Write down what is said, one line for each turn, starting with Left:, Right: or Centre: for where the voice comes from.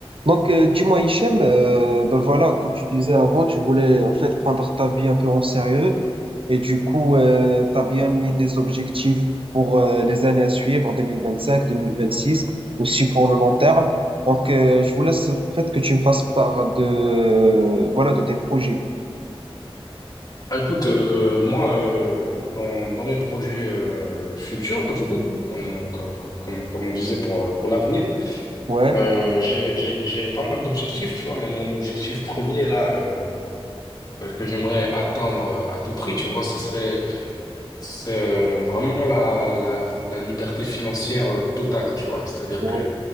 Right: Donc, euh, dis-moi, Hichem, euh, ben voilà, comme tu disais avant, tu voulais en fait prendre ta vie un peu en sérieux et du coup, euh, tu as bien mis des objectifs pour euh, les années à suivre, 2025, 2026, aussi pour le long terme. Donc, euh, je voulais en fait que tu me fasses part de, voilà, de tes projets.
Left: Bah, Écoute, euh, moi, euh, dans, dans mes projets euh, futurs, du coup, comme, on- comme, comme, comme on disait pour, pour l'avenir,
Right: Ouais,
Left: euh, j'ai, j'ai, j'ai pas mal d'objectifs, tu vois, mais mon objectif premier, là, euh, euh, que j'aimerais atteindre euh, à tout prix, tu vois, ce serait, c'est, euh, vraiment la, la, la liberté financière euh, totale, tu vois. C'est-à-dire
Right: ouais,
Left: que,